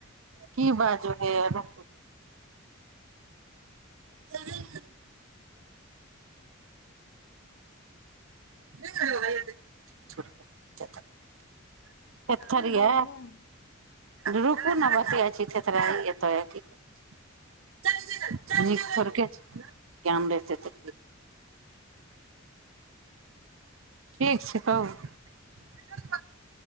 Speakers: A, on the right (about 65°); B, on the left (about 55°).
A: की बाजू हैय रु स <unintelligible> <unintelligible> थेथर
B: की
A: ये
B: भऽ गेल
A: रुकू ने बतिया छीठ तऽरा एतो की कर नीक सरके ज्ञान रहे तऽ ठीक छै तब